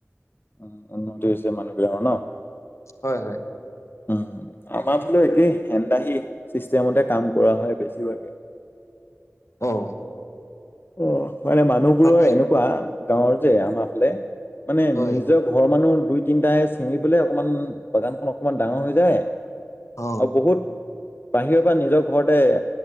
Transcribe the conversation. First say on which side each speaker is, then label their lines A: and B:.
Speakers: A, on the left; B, on the left.
A: উম উন্নতি হৈছে মানুহ বিলাকৰ ন।
B: হয় হয়।
A: উম আমাৰ ফালো একেই হেন্দাহি চিষ্টেমতে কাম কৰা হয় বেছিভাগে।
B: অহ
A: অ', মানে মানুহবোৰৰ
B: বাকী
A: এনেকুৱা গাঁৱৰ যে আমাৰ ফালে মানে
B: হয়
A: নিজৰ ঘৰৰ মানুহ দুই তিনটাহে চিঙি পালে অকমান বাগানখন অকমান ডাঙৰ হৈ যায়। আৰু
B: অ,
A: বহুত বাহিৰৰ পৰা নিজৰ ঘৰতে